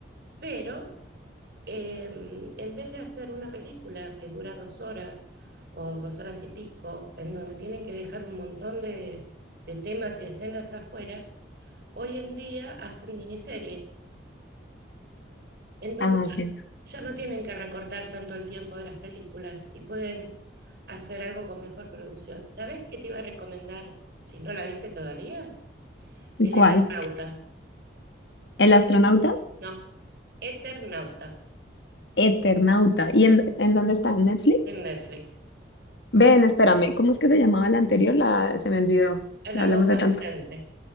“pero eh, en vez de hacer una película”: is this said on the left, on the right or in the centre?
Right